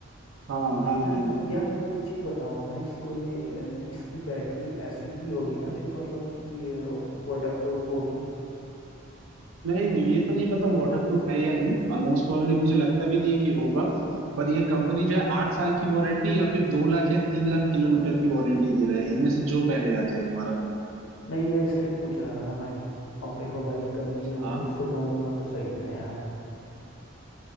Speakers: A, on the right (about 75°); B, on the left (about 75°).
A: हाँ हाँ
B: यार
A: हाँ
B: मे- यार मेरे को एक चीज़ बताओ ना इसको ये अ, इसकी बैटरी ऐसी भी होगी ना जो मतलब कि वाटर प्रूफ होगी
A: नहीं नहीं ये तो नहीं पता वाटरप्रूफ है या नहीं और मोस्ट प्रोबेबली मुझे लगता भी नहीं है कि होगा पर ये कंपनी जो है आठ साल की वारंटी या फिर दो लाख या तीन लाख किलोमीटर की वारंटी दे रहा है इनमें से जो पहले आ जाए तुम्हारा
B: नहीं मैं इसलिए पूछ रहा था ना भाई अब देखो भाई गंदी होगी
A: हाँ
B: उसको धोऊंगा तो सही ना यार